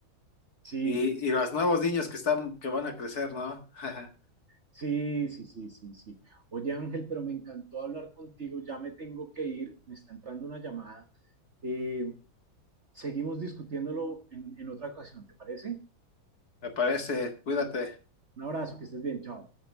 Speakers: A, on the right; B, on the left.
A: Sí.
B: y, y los nuevos niños que están, que van a crecer, ¿no? <laughs>
A: Sí, sí, sí, sí, sí. Oye, Ángel, pero me encantó hablar contigo. Ya me tengo que ir, me está entrando una llamada. Eh, seguimos discutiéndolo en, en otra ocasión, ¿te parece?
B: Me parece, cuídate.
A: Un abrazo, que estés bien, chao.